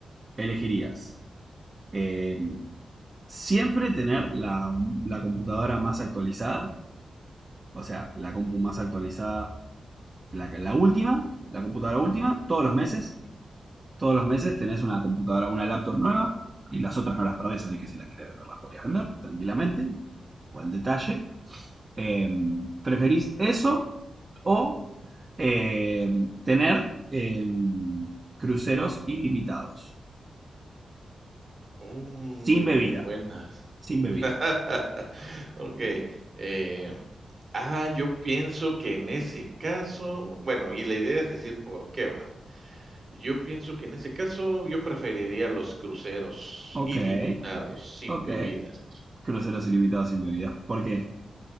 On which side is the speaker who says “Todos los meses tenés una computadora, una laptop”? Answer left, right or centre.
Right